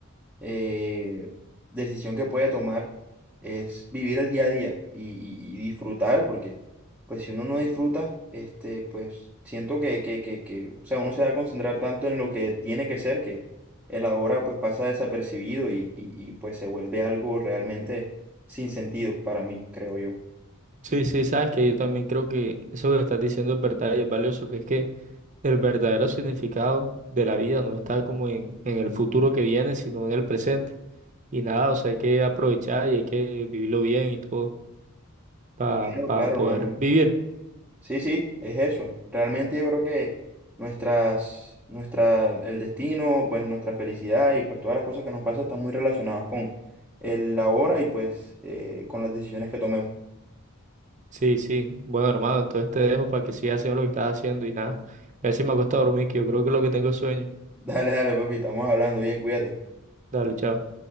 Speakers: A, in the centre; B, on the right.
A: eh, decisión que puede tomar es vivir el día a día y, y- y disfrutar, porque, pues, si uno no disfruta, este, pues, siento que, que, que, que, o sea, uno se va a concentrar tanto en lo que tiene que ser que el ahora, pues, pasa desapercibido y, y, y pues, se vuelve algo realmente sin sentido para mí, creo yo.
B: Sí, sí, sabes que yo también creo que eso que estás diciendo es verdad y es valioso, que es que el verdadero significado de la vida no está como en, en el futuro que viene, sino en el presente. Y nada, o sea, hay que aprovechar y hay que vivirlo bien y todo para
A: Claro, claro,
B: poder
A: hermano.
B: vivir.
A: Sí, sí, es eso. Realmente yo creo que nuestras, nuestra, el destino, pues nuestra felicidad y pues todas las cosas que nos pasan están muy relacionadas con el ahora y pues eh, con las decisiones que tomemos.
B: Sí, sí. Bueno, hermano, entonces te dejo para que sigas haciendo lo que estás haciendo y nada. A ver si me acuesto a dormir, que yo creo que es lo que tengo es sueño.
A: <laughs> Dale, dale, papi, estamos hablando bien, cuídate.
B: Dale, chao.